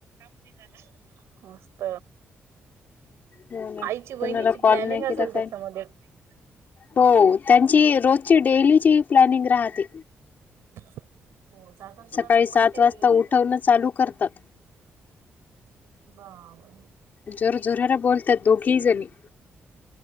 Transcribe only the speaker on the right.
<unintelligible> मस्त!
आईची
बहिणीची
प्लॅनिंग
असेल त्याच्यामध्ये
हो
<inaudible> हो सासासुनाच
पट्टते
का जास्त?
बापरे!